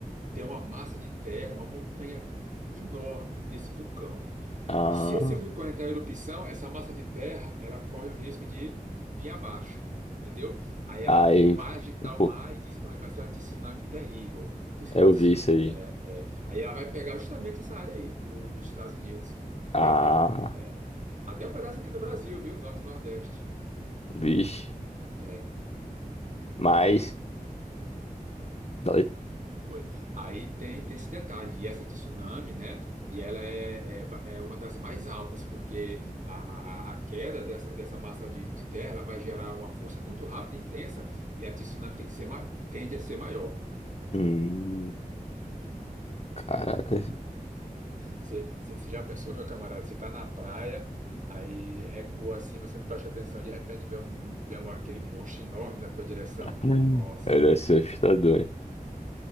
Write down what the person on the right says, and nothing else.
Tem uma massa de terra, uma montanha enorme nesse vulcão.
E se esse vulcão entrar em erupção, essa massa de terra, ela corre o risco de vir abaixo, entendeu? Aí ela
vai agitar o
mar e diz que vai ser um tsunami terrível. Diz que
é uma tsu-
é, é. Aí ela vai pegar justamente essa área aí do, dos Estados Unidos.
E até, é, até um pedaço aqui do Brasil, viu? Norte e Nordeste.
É.
Aí
Foi. Aí tem, tem esse detalhe, e essa tsunami, né? E ela é, é, va- é uma das mais altas, porque a, a, a queda dessa, dessa massa de, de terra ela vai gerar uma força muito rápida e intensa, e a tsunami tem que ser, ma- tende a ser maior.
Você você- você já pensou, meu camarada? Você está na praia, aí recua assim, você não presta atenção, de repente vê, um, vê um, aquele monstro enorme na tua direção. Ah,
Nossa!